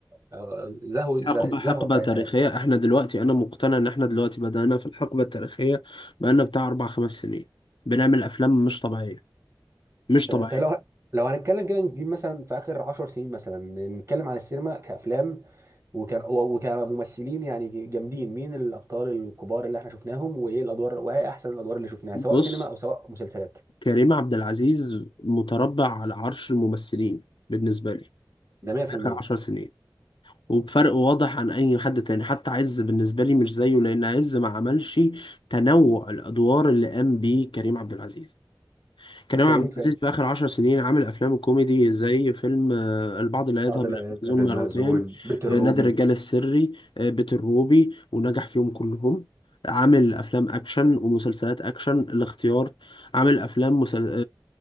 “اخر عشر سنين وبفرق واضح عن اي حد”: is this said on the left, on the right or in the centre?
Left